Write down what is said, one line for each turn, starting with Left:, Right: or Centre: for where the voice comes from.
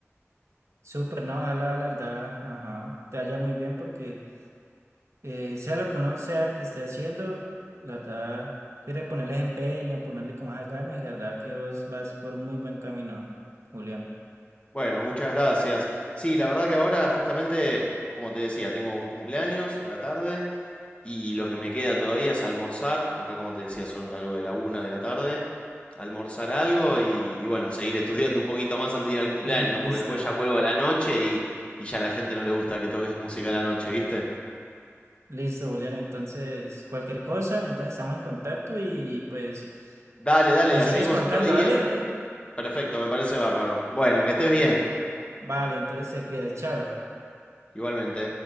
Right: Súper, ¿no? Ojalá, la verdad, ajá, te vaya muy bien porque eh, sea lo que uno sea que esté haciendo, la verdad, quiere ponerle empeño, ponerle como más ganas y la verdad que vos vas por muy buen camino, Julián.
Left: Bueno, muchas gracias. Sí, la verdad que ahora justamente, como te decía, tengo un cumpleaños a la tarde Y lo que me queda todavía es almorzar. Acá, como te decía, son algo de la una de la tarde. Almorzar algo y, y bueno, seguir <laughs> estudiando un poquito más antes de ir al cumpleaños,
Right: <laughs> Listo,
Left: porque después ya vuelvo a la noche y, y ya a la gente no le gusta que toques música a la noche, ¿viste?
Right: listo, Julián. Entonces, cualquier cosa, entonces estamos en contacto y pues
Left: Dale, dale,
Right: me
Left: la
Right: sigues
Left: seguimos
Right: contando,
Left: otro día.
Right: ¿vale? ¿Vale?
Left: Perfecto, me parece bárbaro. Bueno, que estés bien,
Right: Vale, entonces te cuidas, chao.
Left: igualmente.